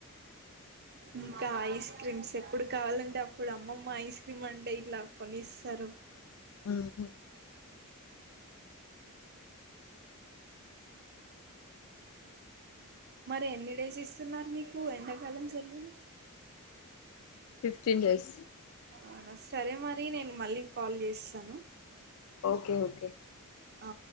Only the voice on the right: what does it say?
ఇంకా ఐస్ క్రీమ్స్ ఎప్పుడు కావాలంటే అప్పుడు అమ్మమ్మ ఐస్ క్రీమ్ అంటే ఇట్ల కొనిస్తారు.
మరి ఎన్ని డేస్ ఇస్తున్నారు మీకు ఎండాకాలం సెలువులు
అవునా సరే మరి నేను మళ్ళీ కాల్ చేస్తాను.
ఆ